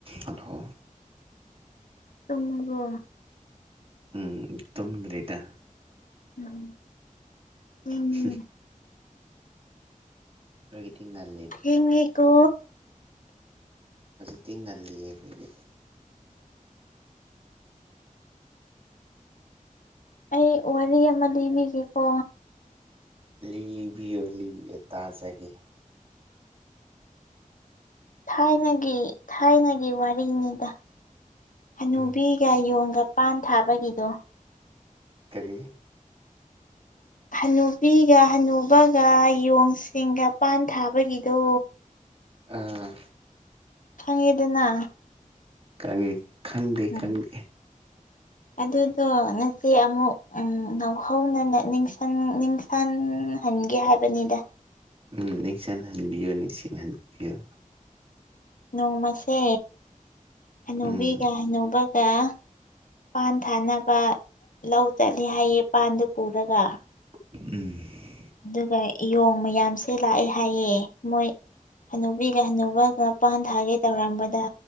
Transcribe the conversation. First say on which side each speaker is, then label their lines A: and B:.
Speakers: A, on the right (about 40°); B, on the left (about 70°).
A: ꯑꯗꯣ
B: ꯇꯨꯡꯃꯒꯣ
A: ꯎꯝ ꯇꯨꯝꯗ꯭ꯔꯔꯤꯗ
B: ꯎꯝ ꯊꯦꯡꯉꯤꯅꯦ
A: ꯁꯤ ꯀ꯭ꯔꯒꯇꯤꯡꯒꯂꯦ
B: ꯍꯤꯉꯤꯀꯨ
A: ꯍꯧꯖꯤꯛꯇꯤ ꯉꯜꯂꯤꯌꯦ ꯑꯩꯈꯣꯏꯗꯤ
B: ꯑꯩ ꯋꯥꯔꯤ ꯑꯃ ꯂꯤꯕꯤꯒꯦꯀꯣ
A: ꯂꯤꯕꯤꯌꯣ ꯂꯤꯕꯤꯌꯣ ꯇꯥꯖꯒꯦ
B: ꯊꯥꯏꯅꯒꯤ ꯊꯥꯏꯅꯒꯤ ꯋꯥꯔꯤꯅꯤꯗ ꯍꯅꯨꯕꯤꯒ
A: ꯎꯝ
B: ꯌꯣꯟꯒ ꯄꯥꯟ ꯊꯥꯕꯒꯤꯗꯣ
A: ꯀꯔꯤ
B: ꯍꯅꯨꯕꯤꯒ ꯍꯅꯨꯕꯒ ꯌꯣꯡꯁꯤꯡꯒ ꯄꯥꯟ ꯊꯥꯕꯒꯤꯗꯣ
A: ꯑꯥ
B: ꯈꯪꯉꯦꯗꯅ
A: ꯈꯪꯉꯤ ꯈꯪꯗꯦ
B: ꯎꯝ
A: ꯈꯪꯗꯦ
B: <inaudible> ꯑꯗꯨꯗꯣ ꯅꯆꯦ ꯑꯃꯨꯛ ꯎ ꯉꯧꯍꯧꯅ ꯅꯤꯡꯁꯪ-ꯅꯤꯡ ꯐꯟ ꯍꯟꯒꯦ ꯍꯥꯏꯕꯅꯤꯗ
A: ꯎꯝ ꯅꯤꯡꯁꯤꯡꯍꯟꯕꯤꯌꯨ ꯅꯤꯡꯁꯤꯡꯍꯟꯕꯤꯌꯨ
B: ꯅꯣꯡꯃꯁꯦ ꯍꯅꯨꯕꯤꯒ
A: ꯎꯝ
B: ꯍꯟꯅꯧꯕꯒ ꯄꯥꯟ ꯊꯥꯅꯕ ꯂꯧ ꯆꯠꯂꯤ ꯍꯥꯏꯌꯦ ꯄꯥꯟꯗꯨ ꯄꯨꯔꯒ
A: ꯎꯝ
B: ꯑꯗꯨꯒ ꯏꯌꯣꯡ ꯃꯌꯥꯝꯁꯦ ꯂꯥꯛꯑꯦ ꯍꯥꯏꯌꯦ ꯃꯣꯏ ꯍꯅꯨꯕꯤꯒ ꯍꯟꯅꯨꯕꯒ ꯄꯥꯟ ꯊꯥꯒ ꯇꯧꯔꯝꯕꯗ